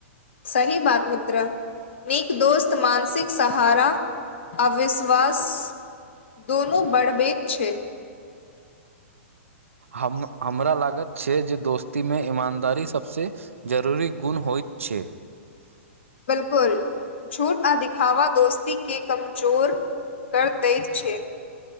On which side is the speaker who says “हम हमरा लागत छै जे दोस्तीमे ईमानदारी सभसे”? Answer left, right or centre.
Right